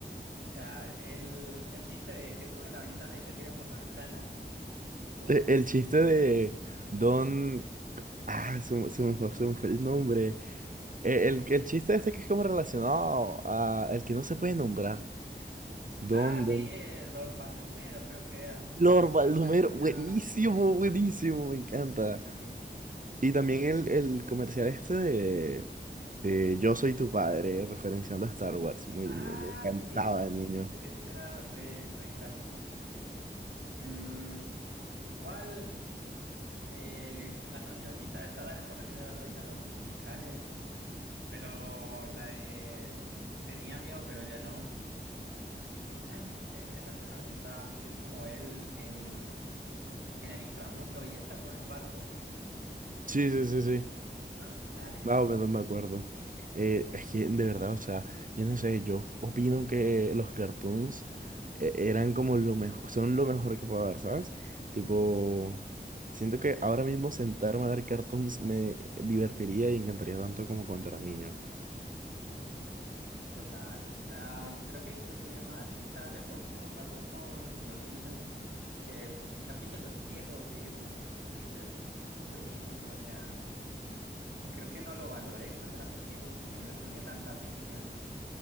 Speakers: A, on the right; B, on the right.
A: O sea, el, el chiste de que sube la ventana y se tira por la ventana. God.
B: Te- El chiste de Don... Ah, se, me se me fue, se me fue el nombre. Eh,
A: El de
B: El,
A: que.
B: el, chiste este que es como relacionado a el que no se puede nombrar. Don,
A: Ah,
B: Don...
A: sí, eh, Lord Baldomero, creo que era.
B: Lord Baldomero,
A: Aparecía
B: buenísimo,
A: en.
B: buenísimo, me encanta.
A: Sí, sí, sí.
B: Y también el, el comercial este de, de Yo soy tu padre, referenciando a Star Wars. Muy,
A: Ah,
B: muy, me encantaba
A: sí, sí, sí, sí,
B: de niño.
A: sí. Ese, ese era re, re clásico. Mm, igual, eh, la cancioncita esta, dale, por lo general odio los musicales, pero la de tenía miedo, pero ya no. Dale, e- esa, esa me gustaba, que es como él en, en el inframundo y está como en un barco.
B: Sí, sí, sí, sí.
A: Ah, dale.
B: Más o menos me acuerdo. Eh, es que de verdad, o sea, yo no sé, yo opino que los cartoons eh, eran como lo mejor, son lo mejor que puedo ver, ¿sabes? Tipo, siento que ahora mismo sentarme a ver cartoons me divertiría y encantaría tanto como cuando era niño.
A: Total, o sea, creo que inclusive más, o sea, hace poquito me pasó con Los Simpson que vi capítulos viejos y dije como que, parce, esto es buenísimo, o sea, creo que no lo valoré cuando era pequeño o no le ponía tanta atención,